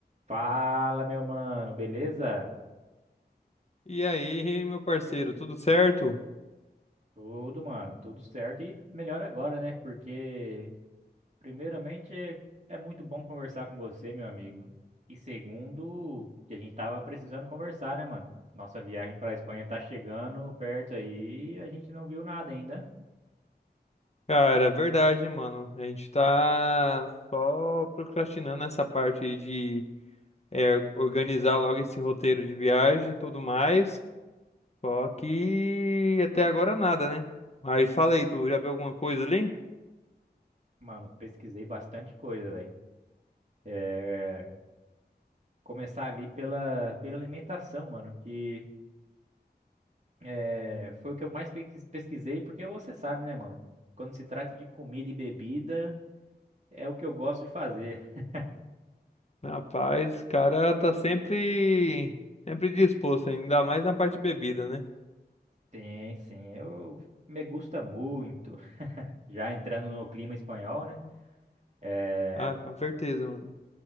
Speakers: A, on the right (about 40°); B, on the left (about 40°).
A: Fala, meu mano, beleza?
B: E aí, meu parceiro, tudo certo?
A: Tudo, mano, tudo certo e melhor agora, né? Porque, primeiramente, é é muito bom conversar com você, meu amigo. E segundo, que a gente tava precisando conversar, né, mano? Nossa viagem pra Espanha tá chegando perto aí, e a gente não viu nada ainda.
B: Cara, é verdade, mano. A gente tá só procrastinando essa parte aí de é, organizar logo esse roteiro de viagem e tudo mais. Só que até agora nada, né? Mas fala aí, tu já viu alguma coisa ali?
A: Mano, pesquisei bastante coisa, velho. É, começar ali pela, pela alimentação, mano, que É, foi o que eu mais pequis- pesquisei, porque você sabe, né, mano? Quando se trata de comida e bebida, é o que eu gosto de fazer. <laughs>
B: Rapaz, o cara tá sempre, sempre disposto, ainda mais na parte de bebida, né?
A: Tem, sim, eu me gusta muito. Já entrando no clima espanhol, né? É,
B: Ah, com certeza, mano.